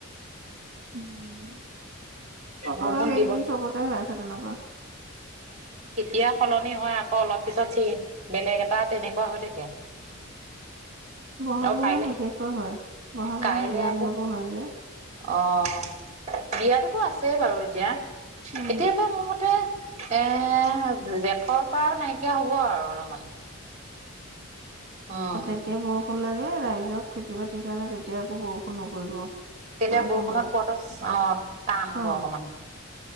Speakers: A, on the right; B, on the right.
A: উম। বতৰডাল
B: বৰষুণ
A: এইকেইদিন
B: দিব
A: চবতে হৈ আছে তেনেকুৱা।
B: এয়া সলনি হয়, আকৌ অলপ পিছত চি বেলেগ এটা, তেনেকুৱা হৈ থাকে।
A: ব'হাগ
B: আৰু কাইলে
A: মাহত বিশেষকৈ হয়। ব'হাগ
B: কাইলে
A: মাহত বিয়া
B: আকৌ
A: বিলাকো হয়, যে।
B: অ', বিয়াতোটো আছেই বাৰু এতিয়া এতিয়াৰ
A: উম,
B: পৰা মোৰ মতে এ জেঠৰ পৰা আৰু নাইকিয়া হ'ব আৰু অলপমান। উম
A: আ তেতিয়া বৰষু ষূন লাগে ৰাইজক খেতি বাতিৰ কাৰণে, তেতিয়া আকৌ বৰষুণ নপৰিব।
B: তেতিয়া
A: চাবচোন
B: বৰষুণত
A: বাৰু
B: পোৱাতো চ অ', টান
A: অ',
B: হ'ব অকমান।